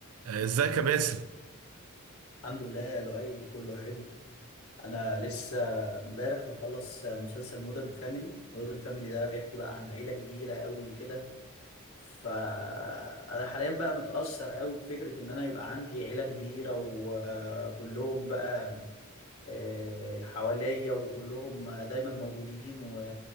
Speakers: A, on the right (about 75°); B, on the left (about 75°).
A: آه، ازيك يا باسم
B: الحمد لله لؤي كله حلو انا لسه امبارح مخلص مسلسل مودرن فاميلي مودرن فاميلي ده بيحكي بقى عن عيله كبيره قوي كده فانا حاليا بقى متاثر قوي بفكره ان انا يبقى عندي عيله كبيره وكلهم بقى آه، حواليا وكلهم دايما موجودين و-